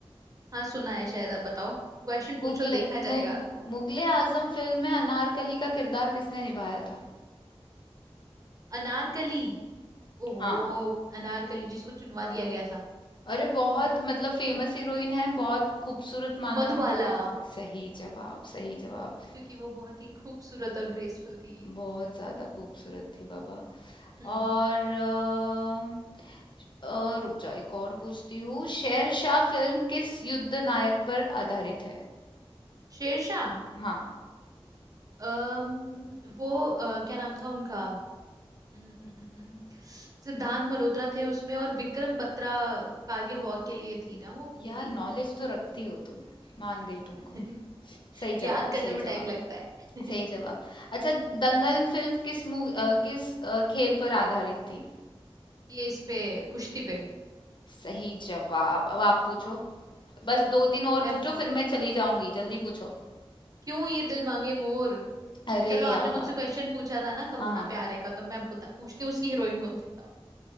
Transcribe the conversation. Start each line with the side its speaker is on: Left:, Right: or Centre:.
Right: हाँ सुना है शायद अब बताओ क्वेश्चन पूछो
Left: मुगले
Right: देखा जाएगा
Left: मुग, मुगले आजम फिल्म में अनारकली का किरदार किसने निभाया था
Right: अनारकली ओहो
Left: हाँ
Right: अनारकली जिसको चुनवा दिया गया था
Left: अरे बहुत
Right: उम्म,
Left: मतलब फेमस हीरोइन है बहुत खूबसूरत माना
Right: मधुबाला
Left: सही जवाब सही जवाब
Right: क्योंकि वो बहुत ही खूबसूरत और ग्रेसफुल थी
Left: बहुत ज्यादा खूबसूरत थी बाबा
Right: हम्म
Left: और अ, अ, रुक जाओ एक और पूछती हूँ शेरशाह फिल्म किस युद्ध नायक पर आधारित है
Right: शेरशाह
Left: हाँ
Right: अम, वो अ, क्या नाम था उनका उम्म, उम्म, उम्म, उम्म, सिद्धांत मल्होत्रा थे उसमें और विक्रम बत्रा कारगिल वॉर के लिए थी ना वो
Left: यार
Right: मूवी
Left: नॉलेज तो रखती हो तुम मान गई तुमको
Right: <laughs>
Left: सही जवाब
Right: याद करने
Left: सही
Right: में टाइम
Left: जवाब
Right: लगता है
Left: सही
Right: <laughs>
Left: जवाब अच्छा दंगल
Right: हम्म,
Left: फिल्म किस मूवी किस अ, खेल पर आधारित थी
Right: ये इस पे कुश्ती पे
Left: सही जवाब अब आप पूछो बस दो तीन और
Right: मैं
Left: पूछो फिर मैं चली जाऊंगी जल्दी पूछो
Right: क्यों ये दिल मांगे मोर
Left: अरे
Right: चलो आपने
Left: यार
Right: मुझसे क्वेश्चन पूछा था ना कहो
Left: हाँ हाँ
Right: ना प्यारे का तो मैं बता पूछती हूँ उसकी हीरोइन कौन थी बताओ